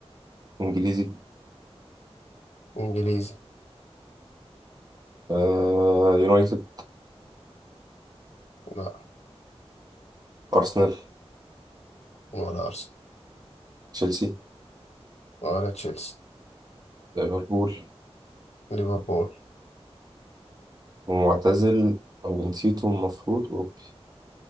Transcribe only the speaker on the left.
إنجليزي
لا
ولا أرسنال
ولا تشيلسي
ليفربول